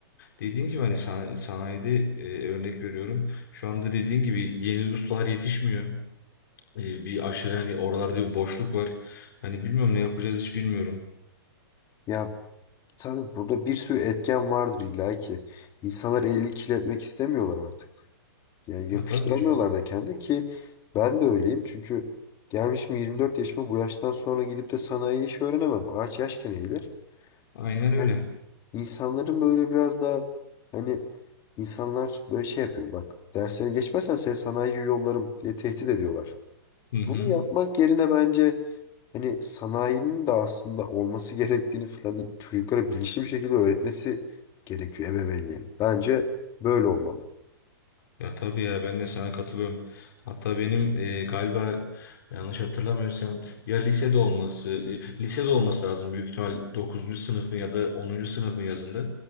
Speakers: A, on the left; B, on the left.
A: dediğin gibi hani san- sanayide e, örnek veriyorum. Şu anda dediğin gibi yeni ustalar yetişmiyor. E, bir aşırı hani oralarda bir boşluk var. Hani bilmiyorum ne yapacağız hiç bilmiyorum.
B: Ya tabii burada bir sürü etken vardır illa ki. İnsanlar elini kirletmek istemiyorlar artık. Yani
A: Ya
B: yakıştıramıyorlar
A: tabii hocam.
B: da kendi ki ben de öyleyim. Çünkü gelmişim 24 yaşıma bu yaştan sonra gidip de sanayi işi öğrenemem. Ağaç yaşken eğilir.
A: Aynen öyle.
B: Yani insanların böyle biraz daha hani insanlar böyle şey yapıyor bak dersleri geçmezsen seni sanayiye yollarım diye tehdit ediyorlar.
A: Hı hı.
B: Bunu yapmak yerine bence hani sanayinin de aslında olması gerektiğini falan çocuklara bilinçli bir şekilde öğretmesi gerekiyor ebeveynliğin. Bence böyle olmalı.
A: Ya tabii ya ben de sana katılıyorum. Hatta benim e, galiba yanlış hatırlamıyorsam ya lisede olması, e, lisede olması lazım büyük ihtimal dokuzuncu sınıfın ya da onuncu sınıfın yazında.